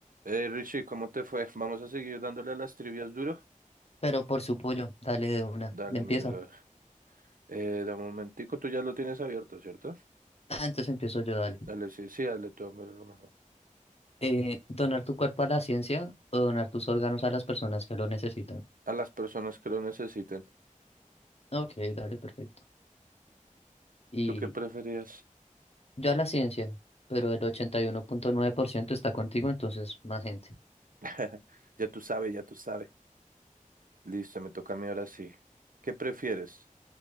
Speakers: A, on the right (about 80°); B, on the left (about 45°).
A: Eh, Richie, ¿cómo te fue? Vamos a seguir dándole a las trivias duro.
B: Pero por su pollo, dale de una.
A: Dale,
B: Empieza.
A: mi bro. Eh, de momentico, tú ya lo tienes abierto, ¿cierto?
B: Ah, entonces empiezo yo, dale.
A: Dale, sí, sí, dale tú, hombre, lo mejor.
B: Eh, donar tu cuerpo a la ciencia o donar tus órganos a las personas que lo necesitan.
A: A las personas que lo necesiten.
B: Ok, dale, perfecto. Y
A: ¿Tú qué preferías?
B: yo a la ciencia, pero el ochenta y uno punto nueve por ciento está contigo, entonces más gente.
A: <laughs> Ya tú sabes, ya tú sabes. Listo, me toca a mí ahora sí. ¿Qué prefieres?